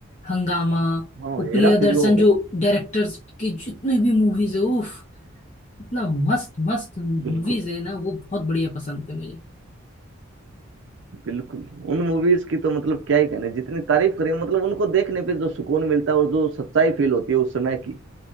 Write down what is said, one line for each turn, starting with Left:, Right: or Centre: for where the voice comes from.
Left: हंगामा
Right: हाँ
Left: वो
Right: हेरा
Left: प्रियदर्शन
Right: फेरी वो
Left: जो
Right: हो
Left: डायरेक्टर्स के जितने भी मूवीज है उफ इतना मस्त मस्त मूवीज
Right: बिल्कुल
Left: है ना वो बहुत बढ़िया पसंद थे मुझे
Right: बिल्कुल उन मूवीज की तो मतलब क्या ही कहने जितनी तारीफ करें मतलब उनको देखने पे जो सुकून मिलता है और जो सच्चाई फील होती है उस समय की